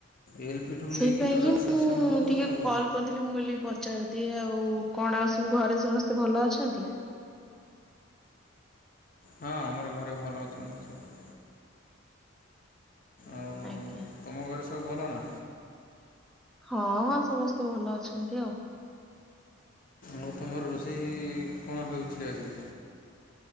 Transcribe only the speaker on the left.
ଏଲ ପି ଠୁ
ନେଇକି ଟୋଟାଲ୍
ସେକ୍ସନ୍ ଠୁ
ସବୁ
ହଁ ଆମର ଘରେ ଭଲ ଅଛନ୍ତି ସବୁ ଆଉ
ତୋମ ଘରେ ସବୁ ଭଲ ନା?
ମୁଁ ତୋମର ରୋଷେଇ କଣ ହେଉଛି ଆଜି?